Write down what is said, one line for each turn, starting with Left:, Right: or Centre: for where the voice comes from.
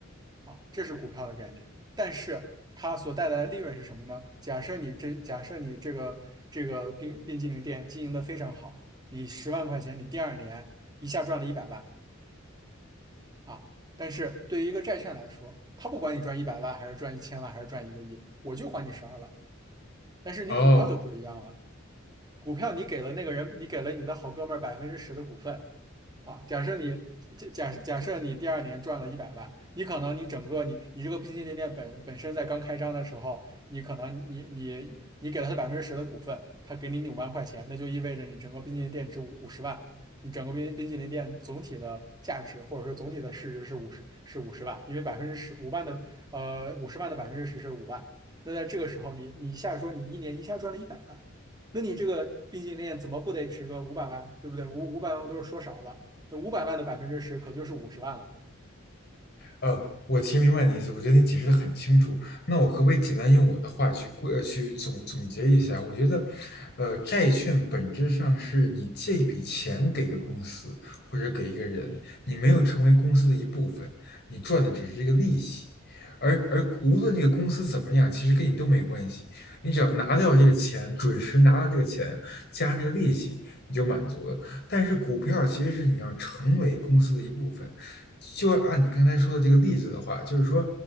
Right: 啊，这是股票的概念。但是它所带来的利润是什么呢？假设你这假设你这个这个冰冰激凌店经营的非常好，你十万块钱，你第二年一下赚了一百万啊。但是对于一个债券来说，它不管你赚一百万还是赚一千万还是赚一个亿，我就还你十二万。但是你股票就不一样了，
Left: 哦，
Right: 股票你给了那个人，你给了你的好哥们儿百分之十的股份啊。假设你假假设假设你第二年赚了一百万，你可能你整个你你这个冰淇淋店本本身在刚开张的时候，你可能你你你给了他百分之十的股份，他给你五万块钱，那就意味着你整个冰淇淋店值五十万，你整个冰冰淇淋店总体的价值或者说总体的市值是五十是五十万，因为百分之十五万的呃五十万的百分之十是五万。那在这个时候你，你一下说你一年一下赚了一百万。那你这个冰淇淋店怎么不得值个五百万，对不对？五五百万我都是说少了，那五百万的百分之十可就是五十万了。
Left: 呃，我其实明白你的意思，我觉得你解释的很清楚。那我可不可以简单用我的话去过、呃去总总结一下？我觉得，呃，债券本质上是你借一笔钱给个公司或者给一个人，你没有成为公司的一部分，你赚的只是这个利息。而而无论这个公司怎么样，其实跟你都没关系。你只要拿掉这个钱，准时拿到这个钱，加上这个利息，你就满足了。但是股票其实是你要成为公司的一部分。就按你刚才说的这个例子的话，就是说，